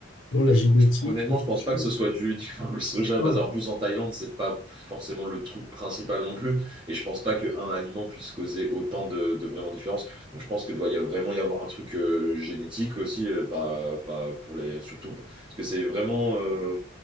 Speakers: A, on the left; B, on the right.
A: Bon, la
B: Ouais,
A: génétique,
B: je pense- je- honnêtement,
A: le soja,
B: je pense pas que ce soit du, <laughs> du- le soja,
A: non.
B: parce qu'en plus en Thaïlande, c'est pas forcément le truc principal non plus. Et je pense pas qu'un aliment puisse causer autant de, de vraiment différence. Donc je pense que doit y a- vraiment y avoir un truc euh, génétique aussi, euh, pas, pas pour les, surtout parce que c'est vraiment euh,